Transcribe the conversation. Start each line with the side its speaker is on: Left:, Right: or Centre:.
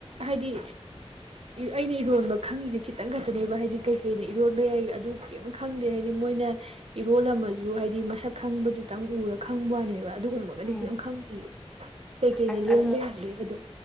Right: ꯍꯥꯏꯗꯤ ꯑꯩꯅ ꯏꯔꯣꯟꯕ ꯈꯪꯉꯤꯁꯦ ꯈꯤꯇꯪ ꯈꯛꯇꯅꯦꯕ ꯍꯥꯏꯗꯤ ꯀꯩꯀꯩꯅ ꯏꯔꯣꯟꯕ ꯌꯥꯏ ꯑꯗꯨ ꯀꯔꯤꯝ ꯈꯪꯗꯦ ꯍꯥꯏꯗꯤ ꯃꯣꯏꯅ ꯏꯔꯣꯜ ꯑꯃꯁꯨ ꯍꯥꯏꯗꯤ ꯃꯁꯛ ꯈꯪꯕꯗꯨꯇꯪ ꯎꯔ ꯈꯪꯕꯅꯦꯕ ꯑꯗꯨꯒꯨꯝꯕꯒꯗꯤ
Centre: ꯎꯝ
Right: ꯀꯈꯤꯇ ꯈꯪꯗꯌꯦ ꯀꯩꯅ
Centre: ꯑꯁ
Right: ꯂꯦ
Centre: ꯑꯗꯣ
Right: ꯍꯥꯏ ꯑꯗꯨ